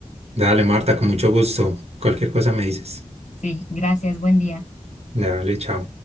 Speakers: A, on the right; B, on the left.
A: Dale, Marta, con mucho gusto. Cualquier cosa me dices.
B: Sí, gracias, buen día.
A: Dale, chao.